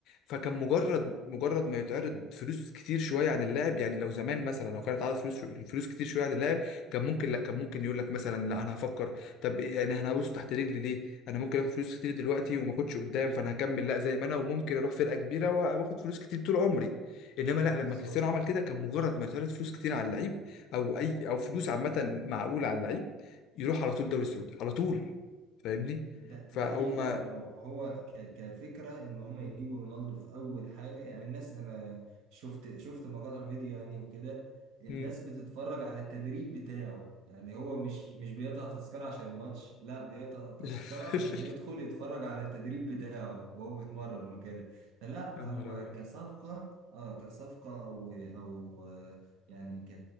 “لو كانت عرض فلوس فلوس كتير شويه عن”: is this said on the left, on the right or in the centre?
Left